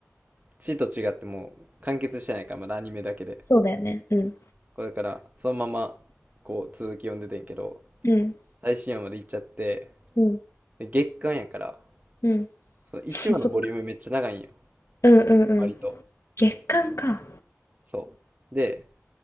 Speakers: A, on the right; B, on the left.
A: C と違ってもう完結してないから、まだアニメだけで。
B: そうだよね。うん、
A: これだから、そのまま、こう、続き読んでてんけど、
B: うん、
A: 最新話まで行っちゃって、
B: うん、
A: で月間やから、
B: うん。
A: その1話のボリュームめっちゃ長いんよ。
B: <laughs> そっか。うんうんうん。
A: 割と。
B: 月間か。
A: そう。で、